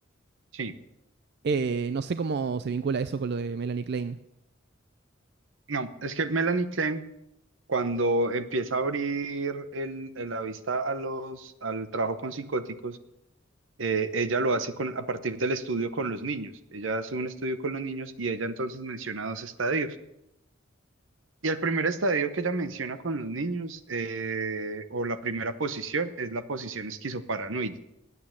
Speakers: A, on the right (about 80°); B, on the right (about 55°).
A: Sí,
B: Eh, no sé cómo se vincula eso con lo de Melanie Klein.
A: no, es que Melanie Klein Cuando empieza a abrir el, el- la vista a los, al trabajo con psicóticos, eh, ella lo hace con, a partir del estudio con los niños. Ella hace un estudio con los niños y ella entonces menciona dos estadios. Y el primer estadio que ella menciona con los niños, eh, o la primera posición, es la posición esquizoparanoide.